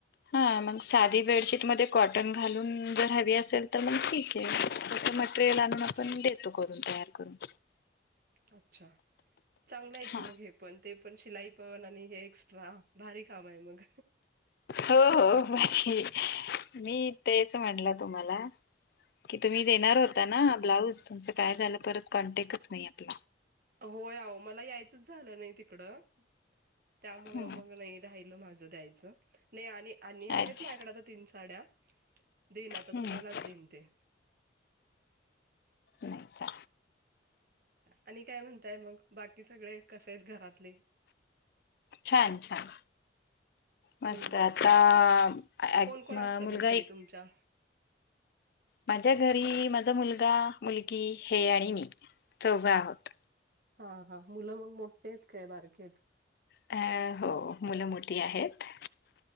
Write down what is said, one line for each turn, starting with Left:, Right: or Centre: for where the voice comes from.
Left: हा म साधी बेडशीटमध्ये कॉटन घालून जर हवी असेल, तर मग ठीक आहे. <unintelligible> मटरेल आणून पण मी देतो करून, तयार करून.
Right: अच्छा, चांगलं आहे की
Left: हा
Right: मग हेपण. ते पण शिलाई पण आणि हे एक्स्ट्रा भारी काम आहे मग.
Left: हो हो, <unintelligible> मी तेच म्हटलं तुम्हाला. ती तुम्ही देणार होता ना ब्लाऊजचं तुमचं काय झालं, परत कॉन्टॅक्टच नाहीये ते.
Right: होय आओ, मला यायचंच झालं नाही तिकडं. त्यामुळं
Left: हम्म
Right: मग नाही राहिलं माझं द्यायाचं नाही आणि आहेत
Left: अच्छा
Right: माझ्याकडं आता तीन साड्या. दिन आता
Left: हम्म
Right: तुम्हालाच देईन ते.
Left: नाही
Right: आणि काय म्हणताय मग, बाकी सगळे कसे आहेत घरातले?
Left: छान छान. मस्त
Right: हम्म हम्म
Left: आता <unintelligible>
Right: कोण कोण असतं
Left: मुलगा
Right: मग घरी
Left: एक
Right: तुमच्या
Left: माझ्या घरी माझा मुलगा, मुलगी हे आणि मी चौघं आहोत.
Right: हा हा, मुलं मग मोठी आहेत काय बारकी हायत?
Left: अ हो, मुलं मोठी आहेत.